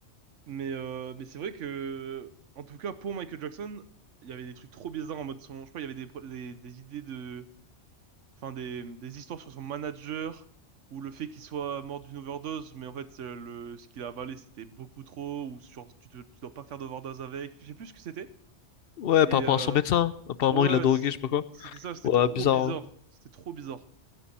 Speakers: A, on the right; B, on the left.
A: mais, euh, mais c'est vrai que, en tout cas, pour Michael Jackson, il y avait des trucs trop bizarres en mode son, je crois, il y avait des, pro- des, des idées de, enfin des, des histoires sur son manager ou le fait qu'il soit mort d'une overdose, mais en fait euh, le ce qu'il a avalé c'était beaucoup trop ou sur tu, te- tu dois pas faire d'overdose avec, je sais plus ce que c'était.
B: Ouais,
A: Et
B: par rapport
A: euh,
B: à son médecin. Apparemment,
A: ouais,
B: il l'a drogué,
A: c-
B: je sais pas quoi.
A: c'était ça, c'était
B: Ouais,
A: trop
B: bizarre.
A: bizarre,
B: hein.
A: c'était trop bizarre.